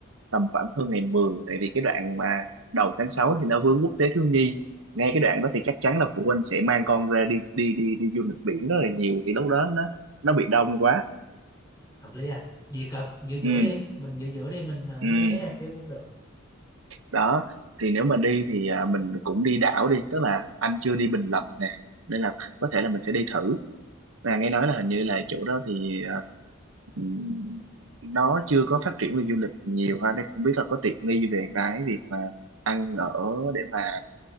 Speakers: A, on the right (about 75°); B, on the left (about 20°).
A: tầm khoảng hơn ngày mười tại vì cái đoạn mà đầu tháng 6 thì nó vướng quốc tế thiếu nhi ngay cái đoạn đó thì chắc chắn là phụ huynh sẽ mang con ra đi đi đi đi du lịch biển rất là nhiều thì lúc đó nó nó bị đông quá
B: hợp lý anh gì cỡ giữa giữa
A: ừ
B: đi mình giữa giữa đi mình ờ,
A: ừ
B: né né ra xíu cũng được
A: đó thì nếu mà đi thì à, mình cũng đi đảo đi tức là anh chưa đi Bình Lập nè nên là có thể là mình sẽ đi thử là nghe nói là hình như là chỗ đó thì ờ, ừm, nó chưa có phát triển về du lịch nhiều ha nên không biết là có tiện nghi về cái việc mà ăn ở để mà